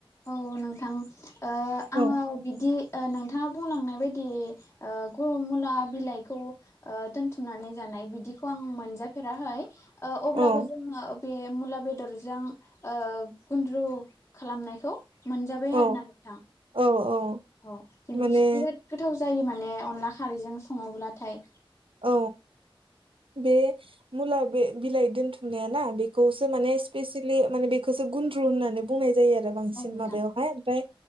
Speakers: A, on the left; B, on the right.
A: औ नोंथां ओ
B: औ
A: आङो बिदि ओ नोंथाङा बुंलांनाय बाय दि ओ मुला बिलाइखौ ओ दोनथुमनानै जानाय बिदिखौ आं मोनजा फेराखै ओ अब्लाबो
B: औ
A: जोङो बे मुला बेदरजों ओ गुन्द्रु खालामनाय खौ मोनजाबाय
B: औ
A: आरोना नोंथां
B: औ औ
A: औ बिराद
B: माने
A: गोथाव जायो माने अनला खारैजों सङोब्लाथाय
B: औ बे मुला बिलाइ दोनथुमनायाना बे खौसो माने स्पेसियेलि माने बेखौसो गुन्द्रु होननानै बुंनाय जायो आरो बांसिन
A: औ नोंथां
B: माबायावहाय ओमफ्राय